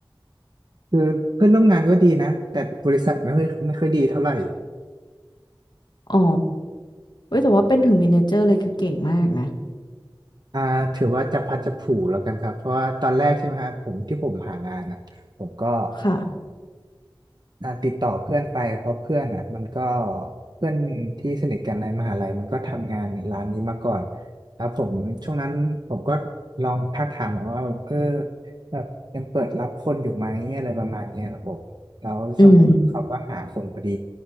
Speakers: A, on the right; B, on the left.
A: คือเพื่อนร่วมงานก็ดีนะแต่บริษัทไม่ค่อยไม่ค่อยดีเท่าไหร่
B: อ๋อเว้ยแต่ว่าเป็นถึงเมเนเจอร์เลยคือเก่งมากนะ
A: อ่าถือว่าจะพัดจะผูแล้วกันครับเพราะว่าตอนแรกใช่ไหมครับผมที่ผมหางานอ่ะผมก็
B: ค่ะ
A: อ่าติดต่อเพื่อนไปเพราะเพื่อนอ่ะมันก็เพื่อนที่สนิทกันในมหาลัยมันก็ทำงานร้านนี้มาก่อนแล้วผมช่วงนั้นผมก็ลองทักถามว่าเออแบบยังเปิดรับคนอยู่ไหมอะไรประมาณเนี้ยครับผมแล้วช่วงนั้นเขาก็หาคนพอดี
B: อืม